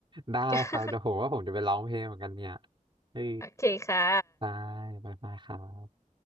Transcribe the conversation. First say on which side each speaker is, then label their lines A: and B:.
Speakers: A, on the right; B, on the left.
A: ได้ครับเดี๋ยวผมว่าผมจะไปร้องเพลงเหมือนกันเนี่ย
B: <laughs>
A: เออ
B: โอเคค่ะ
A: ได้บายบายครับ